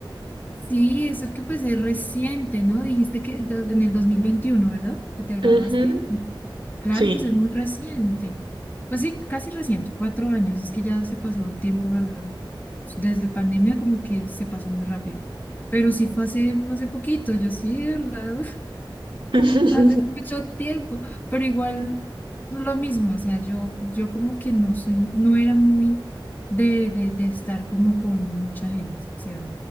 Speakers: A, on the left; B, on the right.
A: Sí, eso que pues es reciente, ¿no? Dijiste que do- en el 2021, ¿verdad? Que te graduaste.
B: Ujú,
A: Claro,
B: Sí.
A: pues es muy reciente. Pues sí, casi reciente, cuatro años. Es que ya se pasó el tiempo, ¿verdad? Desde pandemia como que se pasó muy rápido. Pero sí fue hace, hace poquito, yo sí, ¿verdad?
B: <laughs>
A: hace mucho tiempo, pero igual lo mismo, o sea, yo, yo como que no soy, no era muy de, de, de estar como con mucha gente, o sea,